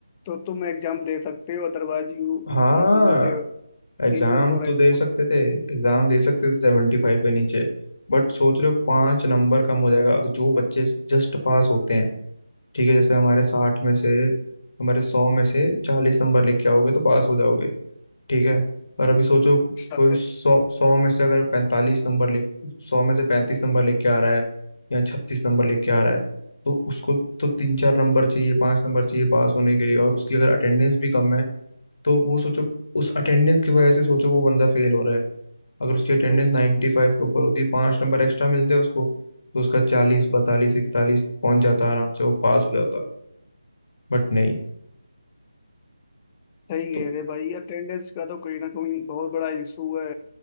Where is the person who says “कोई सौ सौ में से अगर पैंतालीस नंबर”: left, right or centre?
Left